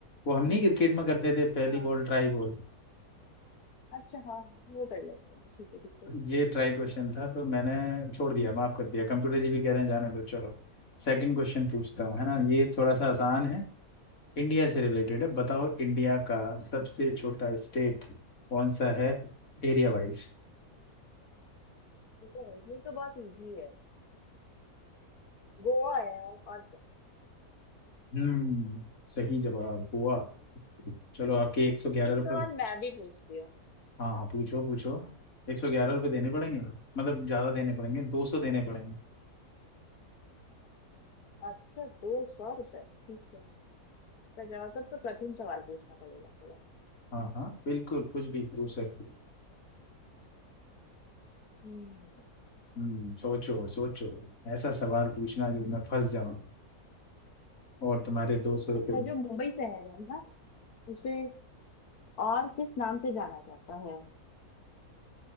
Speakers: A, on the left; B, on the left.
A: वो हम नहीं क्रिकेट में करते थे पहली
B: हाँ
A: बॉल ट्राई बॉल
B: अच्छा हाँ वो कर लेते हैं ठीक है ठीक है
A: ये ट्राई क्वेश्चन था तो मैंने छोड़ दिया माफ कर दिया कंप्यूटर जी भी कह रहे हैं जाने दो चलो सेकंड क्वेश्चन पूछता हूँ है ना ये थोड़ा सा आसान है इंडिया से रिलेटेड है बताओ इंडिया का सबसे छोटा स्टेट कौन सा है एरिया वाइज
B: ये तो है ये तो बहुत इजी है गोवा है और, और क्या
A: हम्म सही जवाब गोवा चलो आपके एक सौ ग्यारह
B: एक
A: रुपये
B: सवाल मैं भी पूछती हूँ
A: हाँ हाँ पूछो पूछो एक सौ ग्यारह रुपये देने पड़ेंगे मतलब ज्यादा देने पड़ेंगे दो सौ देने पड़ेंगे
B: अच्छा दो सौ रुपये ठीक है इसका जवाब तो, तो कठिन सवाल पूछना पड़ेगा थोड़ा
A: हाँ हाँ बिल्कुल कुछ भी पूछ सकते हो।
B: हम्म
A: हम्म सोचो सोचो ऐसा सवाल पूछना जो मैं फंस जाऊं और तुम्हारे दो सौ रुपये
B: अच्छा
A: में
B: जो मुंबई शहर है ना उसे और किस नाम से जाना जाता है